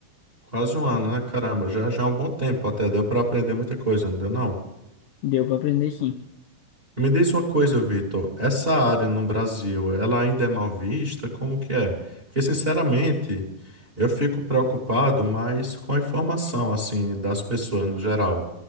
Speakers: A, on the right (about 20°); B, on the left (about 75°).
A: Quase um ano, né? Caramba, já já é um bom tempo até, deu para aprender muita coisa, não deu não?
B: Deu para aprender sim.
A: E me diz uma coisa, Vitor, essa área no Brasil, ela ainda é mal vista? Como que é? Porque, sinceramente, eu fico preocupado mais com a informação, assim, das pessoas no geral.